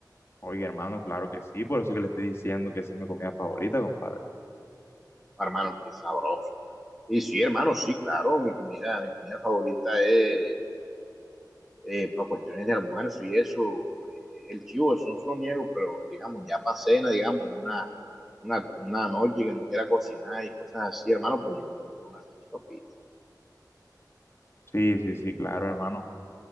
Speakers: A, on the left; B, in the centre.
A: Oye, hermano, claro que sí, por eso es que le estoy diciendo que esa es mi comida favorita, compadre.
B: hermano, qué sabroso. hermano. Y sí, hermano, sí, claro, mi comida, mi comida favorita es eh, para cuestiones de almuerzo y eso, pues el chivo, eso no se lo niego, pero digamos, ya para cena, digamos, una, una, una noche que no quiera cocinar y cosas así, hermano, pues yo me voy por una salchipapita.
A: Sí, sí, sí, claro, hermano.